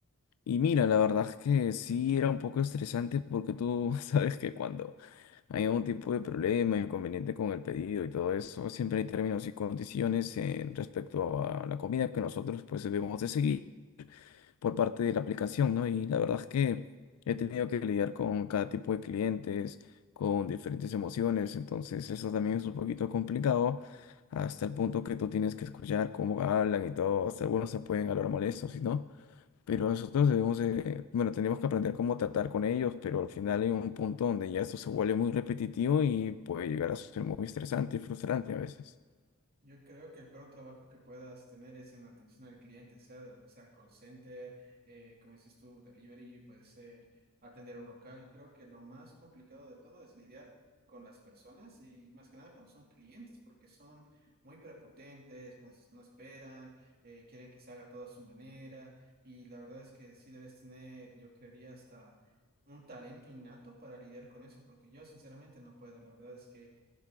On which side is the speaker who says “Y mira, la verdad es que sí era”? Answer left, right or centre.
Left